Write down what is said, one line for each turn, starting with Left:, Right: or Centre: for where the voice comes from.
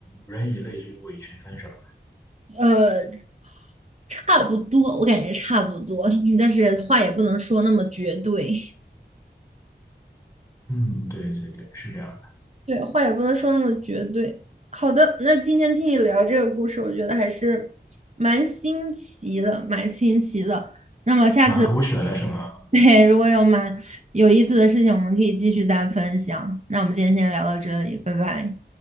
Left: “人以类聚，物以群分”是吧？
Right: 呃，差不多，我感觉差不多，<laughs> 但是话也不能说那么绝对。
Left: 嗯，对对对，是这样，的，
Right: 对，话也不能说那么绝对。好的，那今天听你聊这个故事，我觉得还是蛮新奇的，蛮新奇的。那么下次，
Left: 蛮狗血的，是吗？
Right: <laughs> 对，如果有蛮有意思的事情，我们可以继续再分享。那我们今天先聊到这里，拜拜。